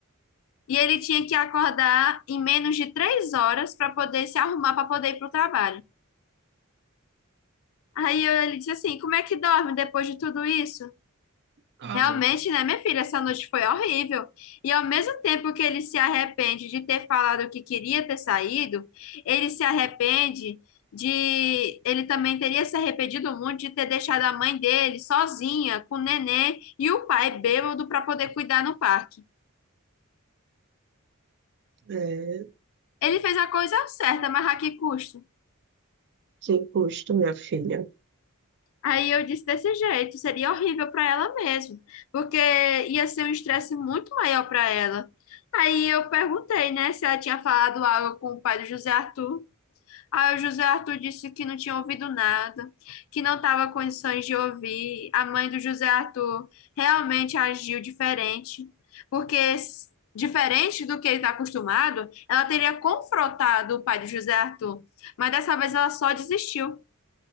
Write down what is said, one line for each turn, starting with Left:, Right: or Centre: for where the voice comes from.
Left: E ele tinha que acordar em menos de três horas para poder se arrumar para poder ir para o trabalho. Aí eu- ele disse assim: Como é que dorme depois de tudo isso?
Right: Ah,
Left: Realmente, né, minha filha, essa noite foi horrível. E ao mesmo tempo que ele se arrepende de ter falado que queria ter saído, ele se arrepende de. Ele também teria se arrependido muito de ter deixado a mãe dele sozinha, com o nenê e o pai bêbado para poder cuidar no parque.
Right: é,
Left: Ele fez a coisa certa, mas a que custo?
Right: que custo, minha filha.
Left: Aí eu disse desse jeito, seria horrível para ela mesmo, porque ia ser um estresse muito maior para ela. Aí eu perguntei, né, se ela tinha falado algo com o pai do José Arthur. Aí o José Arthur disse que não tinha ouvido nada, que não estava com condições de ouvir. A mãe do José Arthur realmente agiu diferente, porque s- diferente do que ele está acostumado, ela teria confrontado o pai do José Arthur, mas dessa vez ela só desistiu.